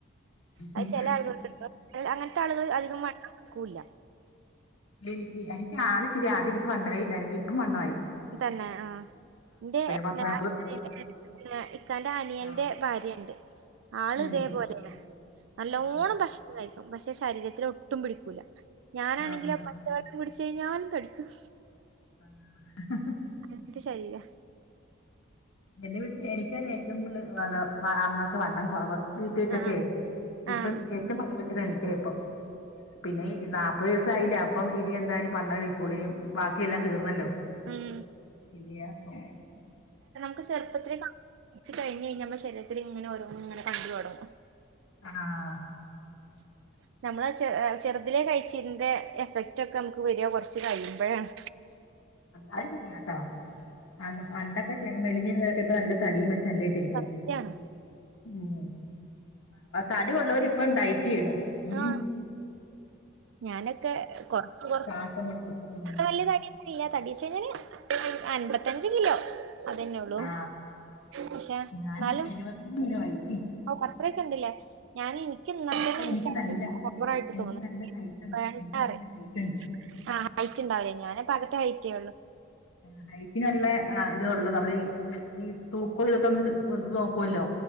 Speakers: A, on the right; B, on the left.
A: അത്
B: ഉം
A: ചില ആളുകൾക്കു അങ്ങനത്തെ ആളുകൾ അധികം വണ്ണം വെക്കുല
B: നി എനിക്ക് ആദ്യം ശെരി ആദ്യം എനിക്ക് വണ്ണവില്ലായിരുന്നു എനിക്ക് ഇപ്പം വണ്ണായി
A: തന്നെ ആഹ ഇന്റെ <unintelligible>
B: പത്ത് നാപ്പത്
A: ഇക്കാന്റ അനിയന്റെ
B: ആ,
A: ഭാര്യണ്ട്. ആള്
B: ഉം
A: ഇതേപോലെന്നെ നല്ലോണം
B: ആഹ്
A: ഭക്ഷണം കഴികു പക്ഷെ ശരീരത്തിൽ ഒട്ടും പിടിക്കൂല. ഞാനാണെങ്കിൽ
B: ആഹ്
A: പച്ച വെള്ളം കുടി ചെയ്ഞ്ഞാലും തടിക്കും.
B: ആ ഹ് ഹ്
A: അങ്ങത്തെ ശരിരാ
B: എന്റെ വീട്ടിൽ എനിക്ക ഏറ്റവും കൂടുതൽ അന്നൊക്കെ വണ്ണം കുറവ് വീട്ട വെച്ചക്കെ
A: ആഹ്
B: ഇപ്പം
A: ആഹ്
B: ഏറ്റവും വന്ന വെച്ചിട്ട എനിക്ക ഇപ്പം പിന്നൊ പത്ത് ദിവസായില്ല അപ്പ ഇനി എന്തായാലും മണേ കഴിക്കുകളൂനി ബാക്കിയെല്ലാം തീർന്നല്ലോ
A: ഉം
B: അല്ല അപ്പൊ
A: ന ചെറുപ്പത്തിൽ കാച്ച് കഴി കഴിഞ്ഞമ്മ ശരീരത്തി ഇങ്ങെ ഓരോും ഇങ്ങെ കണ്ടു തുടങ്ങും
B: ആഹ
A: <inaudible> നമ്മള് ചെ ചെറുതിലെ കഴിച്ചിതിന്റെ എഫക്റ്റ് ഒക്കെ നമുക്ക് വരിക കുറച്ച് കഴിയുമ്പോഴാണ്
B: അത് ശരിയാട്ടോ അ അണ്ടൊക്കെ മെലിഞ്ഞിരുന്നൊക്കെ ഇപ്പ നല്ല തടിയും ചല്ലിയിട്ടിരിക്കണ
A: സത്യാണ്
B: ഉ തടി ഉള്ളവർ ഇപ്പ ഉണ്ടായി ണോ ഉ
A: ആഹ് ഞാനൊക്കെ കൊറച്ച കൊറ
B: ശ്വാസം മുട്ടും ഉം.
A: വലിയ തടൊന്നും തടച്ച് കഞ്ഞ അൻമ്പത്തഞ്ച് കിലോ അതെന്നെ ഉള്ളൂ
B: ആ
A: പക്ഷാ
B: ഞാൻ
A: എന്നാലും
B: എഴുപത്തൊന്ന് കിലോ ആയി
A: പത്രൊക്കെ ഇണ്ടില്ലേ ഞാൻ എനിക്ക് ന
B: അപ്പൊ
A: എന
B: എനിക്ക് നല്ല
A: ഓവറായിട്ട്
B: എനിക്ക്
A: തോന്ന
B: നല്ല ഹൈറ്റ് ഉണ്ട്
A: വേണ്ട
B: എനിക്ക് നല്ല ഹൈറ്റ്
A: <unintelligible>
B: ഉണ്ട്
A: ആണ്ടാവില്ലേ ഞ അത ആയിറ്റയ ഉള്ളൂ
B: ആ ഹൈറ്റിനുള്ള ആ ഇത ഉള്ളൂ നമ്മൾ ഈ തൂക്കോ ഇതൊക്കെ എ നോക്കുവല്ലോ